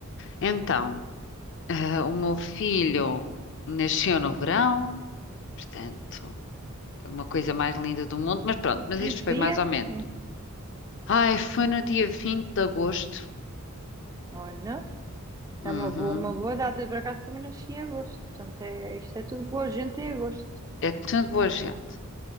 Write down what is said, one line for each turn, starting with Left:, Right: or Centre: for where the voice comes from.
Left: Então, ah, o meu filho nasceu no verão, portanto, é uma coisa mais linda do mundo, mas pronto, mas
Right: em
Left: isto
Right: que
Left: foi
Right: dia?
Left: mais ou menos.
Right: Em-
Left: Ai, foi no dia 20 de agosto.
Right: Olha,
Left: Uhum.
Right: é uma boa, uma boa data. Eu, Por acaso também nasci em agosto, portanto é, isto é tudo boa gente em agosto.
Left: É tudo boa gente.